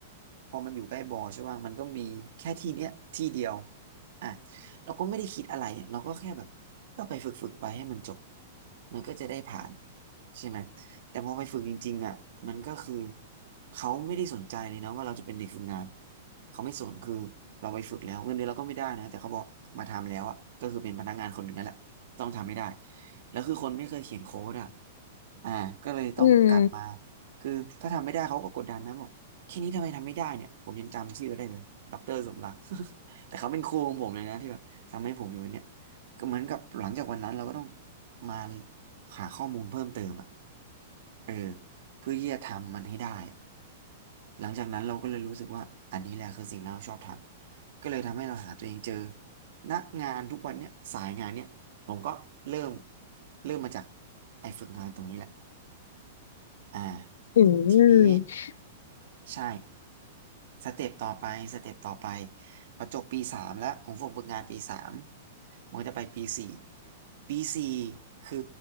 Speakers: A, on the right; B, on the left.
A: พอมันอยู่ใกล้บ่อใช่ป่ะมันก็มีแค่ที่เนี้ยที่เดียวอ่ะเราก็ไม่ได้คิดอะไรอะเราก็แค่แบบก็ไปฝึกฝึกไปให้มันจบมันก็จะได้ผ่านใช่ไหมแต่พอไปฝึกจริงๆอ่ะมันก็คือเขาไม่ได้สนใจเลยนะว่าเราจะเป็นเด็กฝึกงานเขาไม่สนคือเราไปฝึกแล้วเงินเดือนเราก็ไม่ได้นะแต่เขาบอกมาทำแล้วอ่ะก็คือเป็นพนักงานคนหนึ่งนั่นแหละ ต้องทำไม่ได้แล้วคือคนไม่เคยเขียนโค้ดอ่ะอ่าก็เลยต้องกลับมา
B: อืม
A: คือถ้าทำไม่ได้เขาก็กดดันนะบอกแค่นี้ทำไมทำไม่ได้เนี่ยผมยังจำชื่อได้เลยดอกเตอร์สมรัก <laughs> แต่เขาเป็นครูของผมเลยนะที่แบบทำให้ผมอยู่วันเนี้ยก็เหมือนกับหลังจากวันนั้นเราก็ต้องมาหาข้อมูลเพิ่มเติมอ่ะเออเพื่อที่จะทำมันให้ได้อะหลังจากนั้นเราก็เลยรู้สึกว่าอันนี้แหละคือสิ่งที่เราชอบทำก็เลยทำให้เราหาตัวเองเจอณงานทุกวันเนี้ยสายงานเนี้ย ผมก็เริ่มเริ่มมาจากไอ้ฝึกงานตรงนี้แหละอ่า
B: อืม
A: ทีนี้ใช่สเต็ปต่อไปสเต็ปต่อไปพอจบปีสามแล้วของผมฝึกงานปีสามมันก็จะไปปีสี่ปีสี่คือ